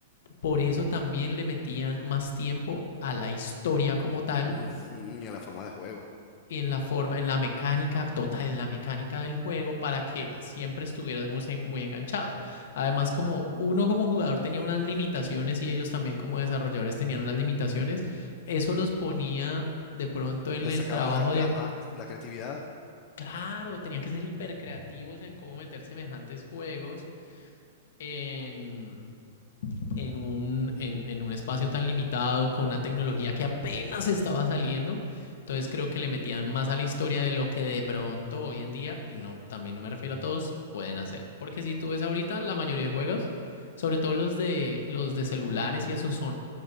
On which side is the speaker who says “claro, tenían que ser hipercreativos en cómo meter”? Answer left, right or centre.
Left